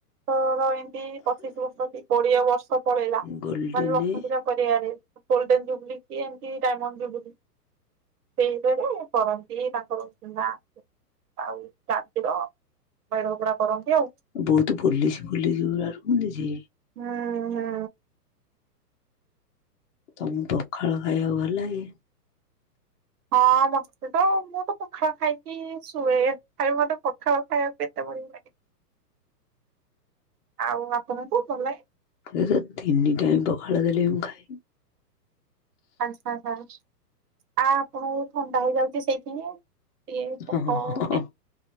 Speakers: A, on the right (about 65°); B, on the left (about 50°).
A: ତୋର ଏନ୍ତି ପଚିଶି ବର୍ଷ କି କୋଡିଏ ବର୍ଷ ପଳେଇଲା
B: ଗୋଲ୍ଡେନ
A: ମାନେ ଲକ୍ଷ୍ମୀ ପୂଜା କରିବାରେ ଗୋଲଡେନ ଜୁବଲି କି ଏମିତି ଡାଇମଣ୍ଡ ଜୁବଲି ସେଇମାନେ କରନ୍ତି। ସିଏ ତାଙ୍କର ସୁନା ଆଉ ଚାନ୍ଦି ର ମେଢ଼ ପୁରା କରନ୍ତି ଆଉ।
B: ବହୁତ ପୋଲିସି ଫୋଲିସି ଗୁରା ରୁହନ୍ତି ଯେ।
A: ହୁଁ। ହୁଁ
B: ତମକୁ ପଖାଳ ଖାଇବାକୁ ଭଲଲାଗେ?
A: ହଁ ମତେତ ମୁଁ ତ ପଖାଳ ଖାଇକି ଶୁଏ <unintelligible> ମତେ ପଖାଳ ଖାଇବାକୁ ଏତେ ବଢିଆ ଭଲ ଲାଗେ। ଆଉ ଆପଣ କୁ ଭଲ ଲାଗେ?
B: ମୋତେ ତ ତିନି ଟାଇମ୍ ପଖାଳ ଦେଲେ ମୁଁ ଖାଇବି।
A: ଆଛା ଆଛା ଆ ଆପଣ କୁ ଥଣ୍ଡା ହେଇଯାଉଛି ସେଇଥିପାଇଁ। ଇଏ
B: ହଁ
A: ପଖାଳ
B: ହଁ ହଁ
A: ମାନେ